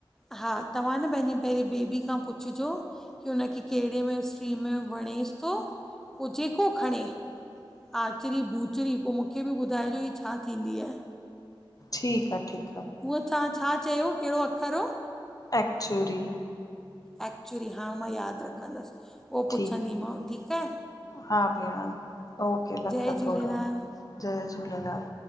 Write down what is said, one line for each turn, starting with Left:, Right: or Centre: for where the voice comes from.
Centre: हा तव्हां न पंहिंजी पहिरीं बेबी खां पुछिजो की हुनखे कहड़े में स्ट्रीम में वणे बि तो पो जेको खणे। आचरी ॿूचरी पो मूंखे बि ॿुधाइजो ही छा थींदी आहे।
Left: ठीक आ ठीक।
Centre: उहो तां छा चयो कहिड़ो अख़रु।
Left: एकचुरी
Centre: एक्चुली हाणे मां यादि रखंदस पो
Left: ठीकु
Centre: पुछंदी माव ठीक आहे।
Left: हा भेण ओके लख-लख
Centre: जय झूलेलाल
Left: थोरा जय झूलेलाल।